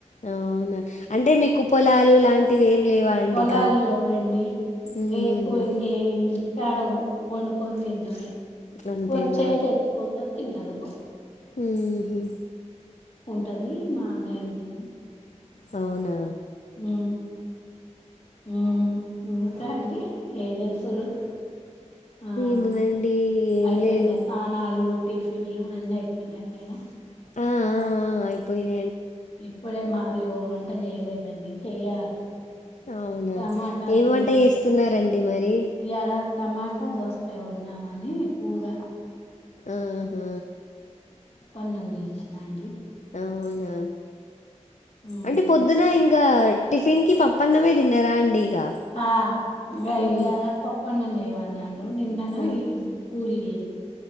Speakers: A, on the left (about 75°); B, on the left (about 60°).
A: అవునా అంటే మీకు పొలాలు లాంటివి ఏం లేవా అండి
B: పొలాలు
A: ఇక?
B: లేవ్వండి
A: హుహు.
B: ఇగ ఎక్కువ ఇ తేడం వండుకొని తింటమే
A: అంతేనా?
B: వచ్చే తె ఎత్చ్చపోతుంది తింటారు
A: ఉహూ
B: ఉంటది మా అన్నయ్య ఉంటది
A: అవునా
B: మ్ మ్ మ్ ా అండి ఏం చేస్తూర్రు ఆ
A: ఏముందండి ఏం
B: అయిపోయింద
A: లేదు.
B: తానలు టీ ఫిన్లు అన్ని అయిపోయినట్టేనా
A: ఆ ఆ ఆ ఆయిపోయిన
B: ఇప్పుడే మాది ఓ వంట చేయలేదండి చెయ్యాలి
A: అవునా
B: టమాటాలు
A: ఏం
B: కోసి
A: వంట చేస్తున్నారండి
B: పెట్
A: మరి
B: ఇయాల టమాటా దోస్కాయ్ ఉన్నామని కూర
A: ఉహు
B: అన్నం చేచ్చినా అండి
A: అవునా
B: హ్మ్.
A: అంటే పొద్దున ఇం ఇగ టిఫిన్ కి పప్పన్నమే తిన్నారా అండి ఇక?
B: ఆ ఇంగ
A: హ్మ్.
B: ఈయల పప్పన్నం చేయమన్నారు నిన్నను
A: ఆ!
B: పూరి చే